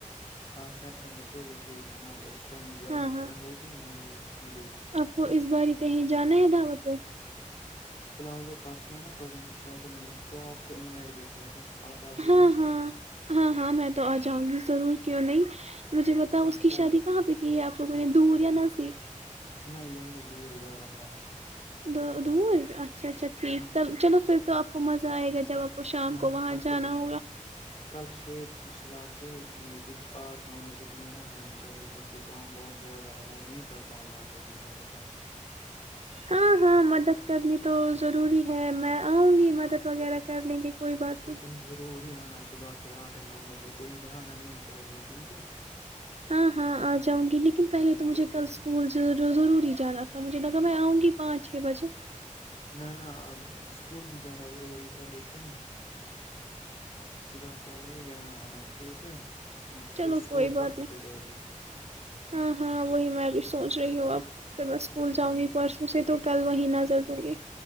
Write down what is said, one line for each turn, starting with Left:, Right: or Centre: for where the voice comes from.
Left: ہاں سپٹمبر تو بھی ٹھیک ہے نہ اس اس ٹائم زیادہ
Right: ہاں ہاں
Left: ٹھنڈ ہوتی ہے ن نہ یہ دھوپ
Right: آپ کو اس باری کہیں جانا ہے دوت پ
Left: فی الحال تو پرسوں ہے نا کزن کی شادی میں نے تو آپ کو انوائٹ بھی کیا تھا آپ آ جاؤ
Right: ہاں
Left: گی نا
Right: ہاں
Left: کل
Right: ہاں ہاں میں تو آ جاؤں گی ضرور کیوں نہیں مجھے بتاؤ
Left: ہاں
Right: اس کی
Left: کل
Right: شادی کہاں پہ کی ہے آپ تو میں نے دور یا نزک
Left: نہیں یہی دور ہی بارہملہ میں
Right: دو دور اچھا اچھا ٹھیک
Left: ہاں
Right: تو
Left: جی
Right: چلو پھر تو آپ مزہ آئے گ جب آپ کو شام
Left: ہاں
Right: وہاں
Left: آپ
Right: جانا
Left: کو پ
Right: ہوگا
Left: کل چھ صبح کہ یہی کچھ آٹھ نو بجے تم یہاں ہونی چاہیے کیونکہ کام بہت زیادہ ہے میں نہیں کر پاؤں گا اکیلے سارا کام
Right: ہاں ہاں مدد کرنی تو ضروری ہے میں آؤں گی مدد وغیرہ کر لیں گے کوئی بات
Left: لیکن
Right: نہیں
Left: ضروری آنا صبح کے آٹھ نو بجے کوئی بہانا نہیں چاہیے ٹھیک ہے
Right: ہاں ہاں آ جاؤں گی لیکن پہلے تو مجھے
Left: جیسے
Right: کل اسکول ضروری جانا تھا مجھے لگا میں آؤں گی پانچ چھ بجے
Left: نہ نہ اب اسکول بھی جانا ضروری تھا لیکن صبح پہلے یہاں آنا ٹھیک ہے پھر
Right: چلو
Left: اسکول
Right: کوئی بات
Left: پرسوں
Right: نہیں
Left: سے جاؤ گی
Right: ہاں ہاں وہی میں ابھی سوچ رہی ہوں اب پھر میں اسکول جاؤں
Left: ہاں
Right: گی
Left: جی
Right: پرسوں سے تو کل وہیں نظر دوں گی